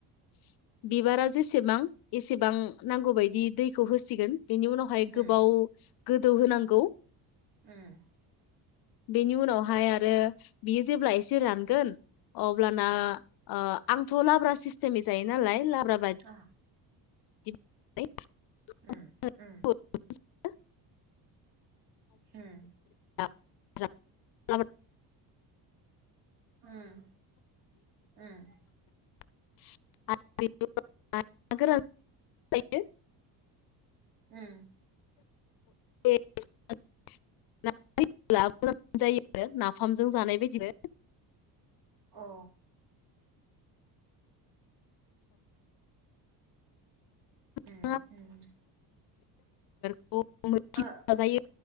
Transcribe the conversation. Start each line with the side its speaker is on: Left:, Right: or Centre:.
Left: <inaudible> बिबारा जेसेबां एसेबां नांगौबायायदि दैखौ होसिगोन बेनि उनावहाय
Right: उम
Left: गोबाव गोदौ होनांगौ
Right: उम
Left: बेनि उनावहाय आरो बियो जेब्ला एसे रानगोन अब्लाना
Right: उम
Left: ओ आंथ लाब्रा सिस्टेमै जायो नालाय लाब्रा बादि <inaudible>
Right: अ
Left: <unintelligible>
Right: उम
Left: <unintelligible>
Right: उम उम
Left: <inaudible>
Right: ओम ओम
Left: <unintelligible>
Right: उम
Left: ए <unintelligible> नब्ला मोजां जायो आरो नाफामजों जानाय बायदिनो
Right: अ
Left: औ
Right: उम
Left: थि
Right: ओ
Left: जायो <unintelligible>